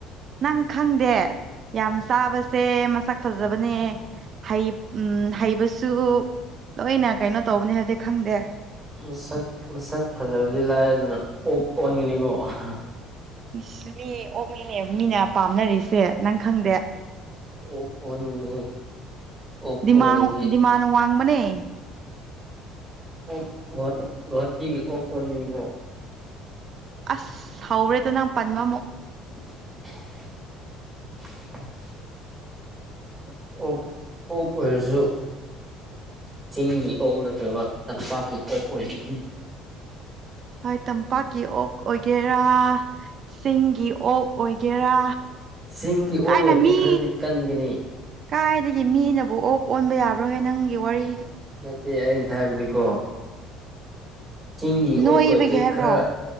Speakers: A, on the right (about 40°); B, on the right (about 15°).
A: ꯅꯪ ꯈꯪꯗꯦ ꯌꯥꯝ ꯆꯥꯕꯁꯦ ꯃꯁꯛ ꯐꯖꯕꯅꯦ ꯍꯩ ꯎꯝ ꯍꯩꯕꯁꯨ ꯂꯣꯏꯅ ꯀꯩꯅꯣ ꯇꯧꯕꯅꯦ ꯍꯗꯤ ꯈꯪꯗꯦ
B: ꯃꯁꯛ ꯃꯁꯛ ꯐꯖꯕꯗꯤ ꯂꯥꯏꯔꯗꯅ ꯑꯣꯛ ꯑꯣꯟꯒꯅꯤꯀꯣ ꯑꯍ꯫
A: ꯏꯁ ꯃꯤ ꯑꯣꯛꯅꯤꯅꯦ ꯃꯤꯅ ꯄꯥꯝꯅꯔꯤꯁꯦ ꯅꯪ ꯈꯪꯗꯦ꯫
B: ꯑꯣꯛ ꯑꯣꯟꯒꯅꯤ ꯍꯦ ꯑꯣꯛ
A: ꯗꯤꯃꯥꯟ
B: ꯑꯣꯜꯂꯗꯤ
A: ꯗꯤꯃꯥꯟ ꯋꯥꯡꯕꯅꯦ
B: ꯑꯣꯛ ꯒꯣꯍ ꯒꯥꯍꯥꯇꯤꯒꯤ ꯑꯣꯛ ꯑꯣꯟꯒꯅꯤꯀꯣ꯫
A: ꯑꯁ ꯍꯧꯔꯦꯗꯥ ꯅꯪ ꯄꯟꯕꯃꯨꯛ꯫
B: <unintelligible> ꯑꯣꯛ ꯑꯣꯛ ꯑꯣꯏꯔꯖꯨ ꯆꯤꯡꯒꯤ ꯑꯣꯛ ꯅꯠꯇꯕ ꯇꯝꯄꯥꯛꯀꯤ ꯑꯣꯛ ꯑꯣꯏꯒꯅꯤ꯫
A: ꯍꯣꯏ ꯇꯝꯄꯥꯛꯀꯤ ꯑꯣꯛ ꯑꯣꯏꯒꯦꯔꯥ ꯆꯤꯡꯒꯤ ꯑꯣꯛ ꯑꯣꯏꯒꯦꯔꯥ꯫
B: ꯆꯤꯡꯒꯤ ꯑꯣꯛ
A: ꯀꯥꯏꯅ
B: ꯑꯣꯏꯔꯗꯤ
A: ꯃꯤ
B: ꯈꯔꯗꯤ ꯀꯟꯒꯅꯤ꯫
A: ꯀꯥꯏꯗꯒꯤ ꯃꯤꯅꯕꯨ ꯑꯣꯛ ꯑꯣꯟꯕ ꯌꯥꯕ꯭ꯔꯣꯍꯦ ꯅꯪꯒꯤ ꯋꯥꯔꯤ
B: ꯅꯠꯇꯦ ꯑꯩꯅ ꯍꯥꯏꯕꯗꯤꯀꯣ ꯆꯤꯡꯒꯤ
A: ꯅꯣꯏꯕꯒꯤ
B: ꯑꯣꯛ ꯑꯣꯏꯔꯗꯤ
A: ꯍꯥꯏꯕ꯭ꯔꯣ
B: ꯈꯔ